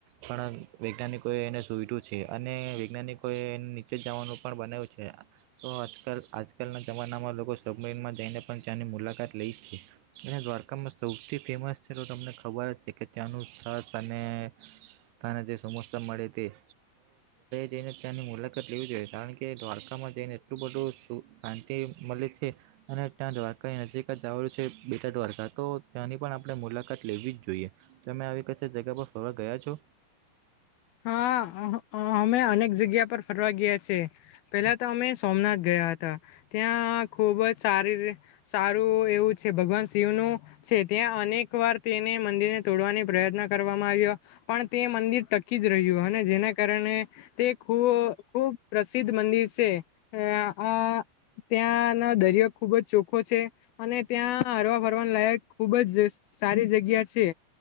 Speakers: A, on the right; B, on the left.
A: પણ વૈજ્ઞાનિકોએ એને સુઈધ્યું છે અને વૈજ્ઞાનિકોએ નીચે જવાનું પણ બનાવ્યું છે તો આજકાલના જમાનામાં લોકો સબમેરીનમાં જઈને પણ ત્યાંની મુલાકાત લઈ છે અને દ્વારકામાં સૌથી ફેમસ છે તો તમને ખબર ત્યાનું છાસ અને સમોસા મળેતે જઈને તંની મુલાકાત લેવી જોઈએ કારણ કે દ્વારકામાં જઈને એટલું બધું શાંતિ મળે છે છે અને ત્યાં દ્વારકાની નજીક જ આવેલું છે બેટદ્વારકા તો ત્યાંની પણ આપણે મુલાકાત લેવી જોઈએ. જોઈએ તમે આવી કશે જગ્યા પર ફરવા ગયા છો??
B: હા. હા અમે અનેક જગ્યા પર ફરવા ગયા છીએ પહેલાં તો અમે સોમનાથ ગયા હતા ત્યાં ખુબ જ સ સારું એવું છે ભગવાન શિવનુ છે ત્યાં અનેક વાર તેને મંદિરને તોડવાની પ્રયત્ન કરવામાં આવ્યો પણ તે મંદિર જ રહ્યું અને જેના કારણે તે ખૂબ પ્રસિદ્ધ મંદિર છે. આ ત્યાંનો દરિયો ખુબ જ ચોખો છે અને ત્યાં હરવા ફરવા લાયક ખુબ જ સારી જગ્યા છે.